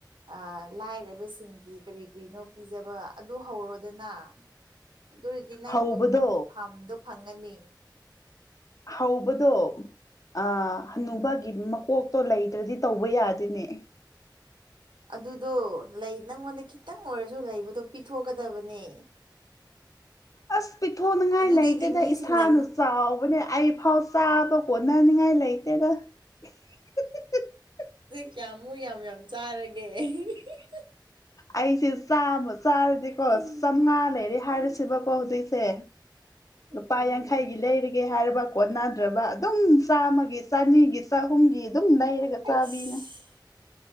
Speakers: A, on the right; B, on the left.
A: ꯑ ꯂꯥꯏꯔꯕꯁꯤꯡꯒꯤ ꯀꯔꯤ ꯀꯔꯤꯅꯣ ꯄꯤꯖꯕ ꯑꯗꯨ ꯍꯧꯔꯣꯗꯅ ꯑꯗꯨ ꯑꯣꯏꯔꯗꯤ ꯅꯪ
B: ꯍꯧꯕꯗꯣ
A: ꯑꯗꯨ ꯐꯝ ꯐꯥꯝꯗꫭ ꯐꯪꯉꯥꯅꯤ
B: ꯍꯧꯕꯗꯣ ꯑ ꯍꯅꯨꯕꯒꯤ
A: ꯎꯝ
B: ꯃꯀꯣꯛ ꯇꯣ ꯂꯩꯇ꯭ꯔꯗꯤ ꯇꯧꯕ ꯌꯥꯗ‌ꯦꯅ‌ꯦ
A: ꯑꯗꯨꯗꯣ ꯂꯩ ꯅꯪꯉꯣꯟꯗ ꯈꯤꯇꯪ ꯑꯣꯏꯔꯖꯨ ꯂꯩ ꯕꯗꯣ ꯄꯤꯊꯣꯛꯀꯗꯕꯅꯦ
B: ꯑꯁ ꯄꯤꯊꯣꯛꯅꯤꯡꯉꯥꯏ
A: ꯑꯗꯨꯗꯒꯤ
B: ꯂꯩꯇꯦꯗ
A: ꯃꯤꯁꯤꯡꯅ
B: ꯏꯁꯥꯅ ꯆꯥꯎꯕꯅꯦ ꯑꯩ ꯐꯥꯎ ꯆꯥꯕ ꯀꯣꯟꯅꯅꯤꯡꯉꯥꯏ ꯂꯩꯇꯦꯗ <unintelligible>
A: ꯀꯌꯥꯝꯃꯨ ꯌꯥꯝ ꯌꯥꯝ ꯆꯥꯔꯒꯦ ꯑꯍꯤ ꯍꯤ ꯍꯤ
B: ꯑꯩꯁꯦ ꯆꯥꯝꯃ ꯆꯥꯔꯗꯤꯀꯣ
A: ꯎꯝ
B: ꯆꯥꯝꯃꯉꯥ ꯂꯩꯔꯦ ꯍꯥꯏꯔꯁꯦꯕꯀꯣ
A: ꯎꯝ
B: ꯍꯧꯖꯤꯛꯁꯦ ꯂꯨꯄꯥ
A: ꯎꯝ ꯎꯝ
B: ꯌꯥꯡꯈꯩꯒꯤ ꯂꯩꯔꯒꯦ ꯍꯥꯏꯔꯕ ꯀꯣꯟꯅꯗ꯭ꯔꯕ ꯑꯗꯨꯝ ꯆꯥꯝꯃꯒꯤ ꯆꯅꯤꯒꯤ ꯆꯍꯨꯝꯒꯤ ꯑꯗꯨꯝ ꯂꯩꯔꯒ
A: ꯑꯩꯁ
B: ꯆꯥꯕꯤꯅꯦ